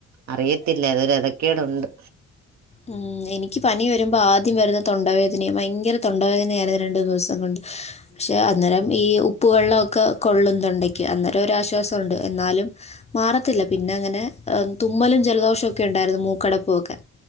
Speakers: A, on the right; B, on the left.
A: അറിയത്തില്ല അതൊരു എതക്കേടുണ്ട്
B: ഉം എനിക്ക് പനി വരുമ്പോ ആദ്യം വരുന്ന തൊണ്ടവേദനയ ഭയങ്കര തൊണ്ടവേദനയാരുന്നു രണ്ട് മൂന്ന് ദിവസം കൊണ്ട് പക്ഷേ അന്നരം ഈ ഉപ്പു വെള്ളവൊക്കെ കൊള്ളും തൊണ്ടക്ക് അന്നരം ഒരാശ്വാസോണ്ട് എന്നാലും മാറത്തില്ല പിന്നങ്ങനെ തുമ്മലും ജലദോഷൊക്കെ ഉണ്ടായിരുന്നു മൂക്കടപ്പുവൊക്കെ